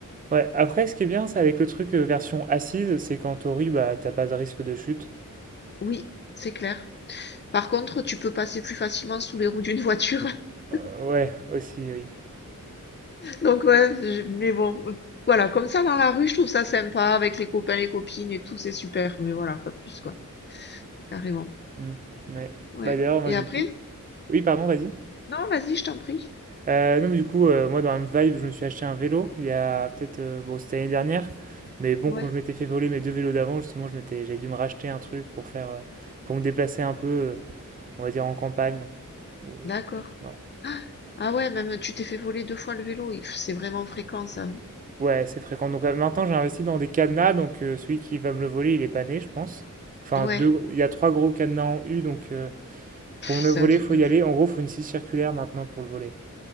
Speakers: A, on the right; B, on the left.
A: Ouais, après, ce qui est bien, c'est avec le truc euh, version assise, c'est qu'en théorie, bah, t'as pas de risque de chute.
B: Oui, c'est clair. Par contre, tu peux passer plus facilement sous les roues d'une voiture. <laughs>
A: Euh, ouais, aussi, oui.
B: Donc, ouais, je- mais bon, euh, voilà, comme ça dans la rue, je trouve ça sympa avec les copains, les copines et tout, c'est super. Mais voilà, pas plus, quoi. Carrément.
A: Hmm, ouais.
B: Ouais.
A: Bah d'ailleurs, moi
B: Et
A: du
B: après?
A: coup. Oui, pardon, vas-y.
B: Non, vas-y, je t'en prie.
A: Euh, non, mais du coup, euh, moi dans la même vibe, je me suis acheté un vélo il y a peut-être. euh, bon, c'était l'année dernière. Mais bon,
B: Ouais,
A: quand je m'étais fait voler mes deux vélos d'avant, justement, je m'étais, j'avais dû me racheter un truc pour faire. euh, pour me déplacer un peu, euh, on va dire, en campagne. Ou-
B: d'accord.
A: voilà.
B: Ah ah ouais, même tu t'es fait voler deux fois le vélo. Il- C'est vraiment fréquent, ça.
A: Ouais, c'est fréquent. Donc euh, maintenant, j'ai investi dans des cadenas. Donc euh, celui qui va me le voler, il est pas né, je pense. Enfin,
B: Ouais,
A: deux, il y a trois gros cadenas en U. Donc euh,
B: pff,
A: pour me le
B: c'est
A: voler,
B: un truc
A: il faut
B: de
A: y
B: fou.
A: aller. En gros, il faut une scie circulaire maintenant pour le voler.